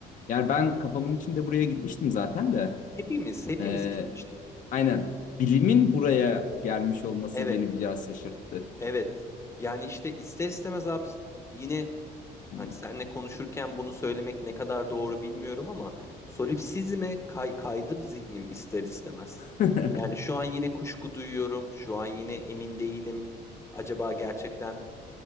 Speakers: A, on the left; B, on the left.
A: Yani ben kafamın içinde buraya gitmiştim zaten de.
B: Hepimiz, hepimiz
A: Ee,
B: gitmiştik.
A: aynen. Bilimin buraya gelmiş olması
B: Evet.
A: beni biraz şaşırttı.
B: Evet. Yani işte ister istemez abi yine
A: Hmm.
B: hani seninle konuşurken bunu söylemek ne kadar doğru bilmiyorum ama solipsizme kay kaydı zihnim ister istemez.
A: <laughs>
B: Yani şu an yine kuşku duyuyorum. Şu an yine emin değilim. Acaba gerçekten